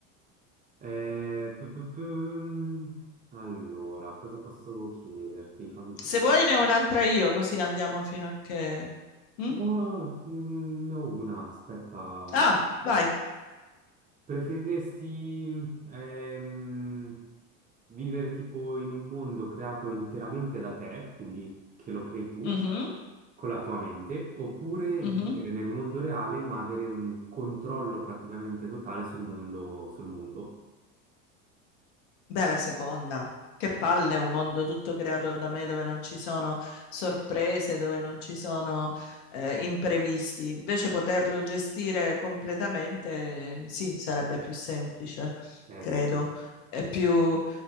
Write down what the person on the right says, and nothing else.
Eh, pu- pu- pu- Allora, cosa posso chiederti? Fammici
pensare.
No, mm, ne ho una, aspetta,
vediamo un po'.
Preferiresti ehm, vivere tipo in un mondo creato interamente da te, quindi che lo crei tu
con la tua mente, oppure
vivere nel mondo reale ma avere un controllo praticamente totale sul mondo, sul mondo?
Eh
sì.